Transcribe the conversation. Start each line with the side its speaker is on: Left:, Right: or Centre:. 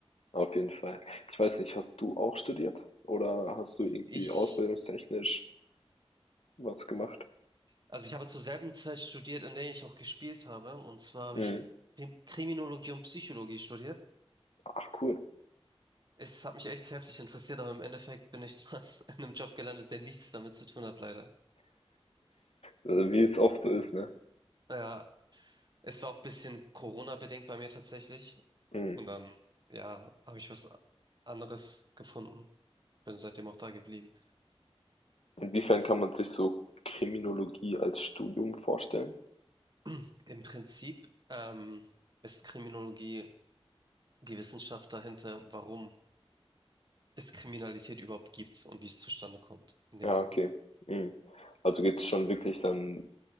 Left: Auf jeden Fall. Ich weiß nicht, hast du auch studiert oder hast du irgendwie
Right: Ich,
Left: ausbildungstechnisch was gemacht?
Right: also ich habe zur selben Zeit studiert, in der ich auch gespielt habe. Und zwar habe
Left: Mhm.
Right: ich Krim- Kriminologie und Psychologie studiert.
Left: Ach cool.
Right: Es hat mich echt heftig interessiert, aber im Endeffekt bin ich <laughs> dann in einem Job gelandet, der nichts damit zu tun hat, leider.
Left: Also wie es oft so ist, ne?
Right: Ja, es war auch ein bisschen Corona-bedingt bei mir tatsächlich.
Left: Mhm.
Right: Und dann, ja, habe ich was anderes gefunden. Bin seitdem auch da geblieben.
Left: Inwiefern kann man sich so Kriminologie als Studium vorstellen?
Right: <clears throat> Im Prinzip ähm, ist Kriminologie die Wissenschaft dahinter, warum es Kriminalität überhaupt gibt und wie es zustande kommt, in dem
Left: Ja,
Right: Sinne.
Left: okay. Mhm. Also geht es schon wirklich dann